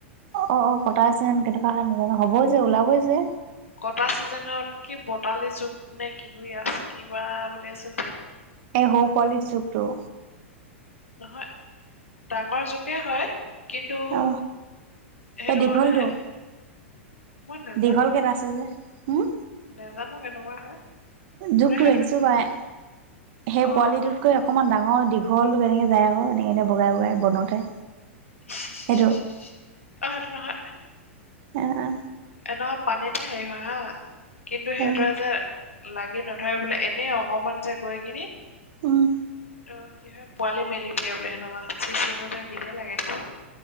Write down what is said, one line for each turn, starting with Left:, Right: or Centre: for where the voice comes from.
Right: অঁ অঁ কটাইছেন কেনেকুৱা হয় নাজানো হ'বই যে ওলাবই যে।
Left: কটা চিজনত কি পটালি জুক নে কিবা আছে কিবা বুলি আছে যে,
Right: এই সৰু পোৱালি জুকটো।
Left: নহয়, ডাঙৰ জুকে হয়। কিন্তু,
Right: অ
Left: সেইটো
Right: এই দীঘলটো
Left: মানে, মই নেজানো
Right: দীঘলকে
Left: কেনেকুৱা
Right: এটা আছে যে, হুম?
Left: নেজানো কেনেকুৱা হয়।
Right: জুকটো
Left: মানে সেইটো
Right: ৰাখিছো পাই, সেই
Left: অ
Right: পোৱালিটোতকৈ
Left: অ
Right: অকণমান ডাঙৰ দীঘলটোকে এনেকৈ যায় ক এনেকৈ এনেই বগাই বগাই বনতে।
Left: ই্্
Right: সেইটো
Left: আৰু নহ <unintelligible>
Right: অ অ।
Left: এনেকা পানীতে হেৰি হয় হা। কিন্তু সেইটোৱে
Right: অ
Left: যে, লাগি নধৰে বোলে এনেই অকমান যে গৈ কিনি,
Right: উম
Left: ত কি হয় পোৱালি মেলি দিয়ে বোলে সেনেকুৱা। চিচি মোৰ যে ঘিনেহে লাগে দেই।